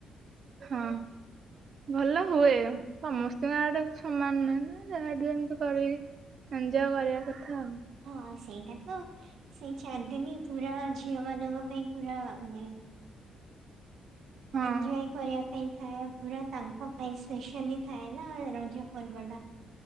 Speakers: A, on the right; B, on the right.
A: ହଁ ଭଲ ହୁଏ। ସମସ୍ତିଙ୍କ ଆଡେ ସମାନ ନୁହେଁ ନା ଯାହାଠୁ ଯେମତି କରିବି ଏଞଜୟ କରିବା କ କଥା।
B: ହଁ ସେଇଟା ତ ସେଇ ଚାରିଦିନୀ ପୁରା ଝିଅ ମାନଙ୍କ ପାଇଁ ପୁରା ମାନେ
A: ହଁ
B: ଏନ୍ଜୟ କରିବା ପାଇଁ ଥାଏ। ପୁରା ତାଙ୍କ ପାଇଁ ସ୍ପେଶଆଲି ଥାଏ ନା ରଜପର୍ବ ଟା।